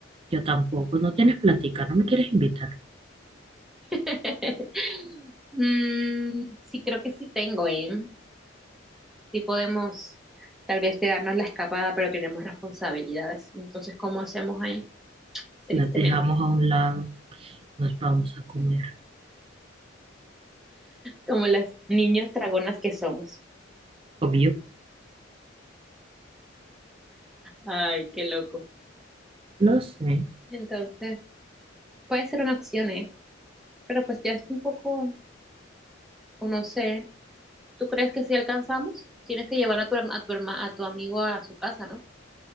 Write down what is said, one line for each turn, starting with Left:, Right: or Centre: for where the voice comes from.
Right: yo tampoco. No tienes plática, no me quieres invitar.
Centre: <laughs> Mm, sí, creo que sí tengo, ¿eh? Sí podemos tal vez pegarnos la escapada, pero tenemos responsabilidades. Entonces, ¿cómo hacemos ahí? Tristemente,
Right: Las dejamos a un lado, nos vamos a comer.
Centre: como las niñas dragonas que somos.
Right: Obvio,
Centre: Ay, qué loco.
Right: lo sé.
Centre: Entonces, puede ser una opción, ¿eh? Pero pues ya es un poco, o no sé, ¿tú crees que si alcanzamos? Tienes que llevar a tu, herma- a tu, herma- a tu amigo a su casa, ¿no?